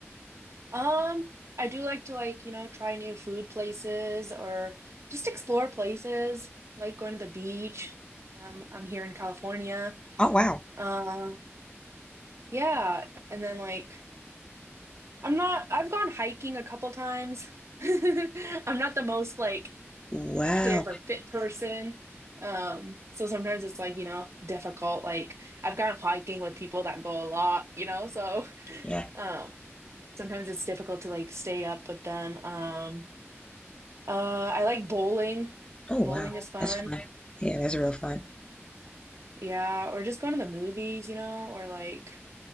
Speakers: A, on the right; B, on the left.
A: Um, I do like to like, you know, try new food places or just explore places, like going to the beach. Um, I'm here in California.
B: Oh wow.
A: Uh, yeah, and then like I'm not I've gone hiking a couple times. <laughs> I'm not the most like
B: Wow.
A: active or fit person. Um, so sometimes it's like, you know, difficult. Like I've gone hiking with people that go a lot, you know, so <laughs>
B: Yeah.
A: um sometimes it's difficult to like stay up with them. Um Uh, I like bowling.
B: Oh
A: Bowling
B: wow.
A: is fun.
B: That's fun. Yeah, that's real fun.
A: Yeah, or just going to the movies, you know, or like